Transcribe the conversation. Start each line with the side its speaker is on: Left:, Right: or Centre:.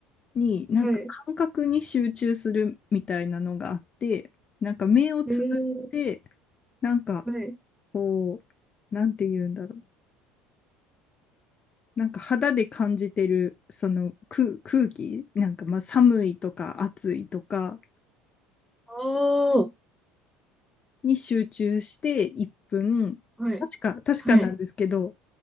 Left: に、なんか感覚に集中するみたいなのがあって、
Centre: はい。
Left: なんか目をつぶって、
Centre: えー、
Left: なんか
Centre: はい。
Left: こう、なんて言うんだろう。なんか肌で感じてるその空、空気、なんかまあ寒いとか暑いとか、
Centre: ああ、は
Left: に集中して1分、
Centre: い、
Left: 確か、確かなんですけど、
Centre: はい、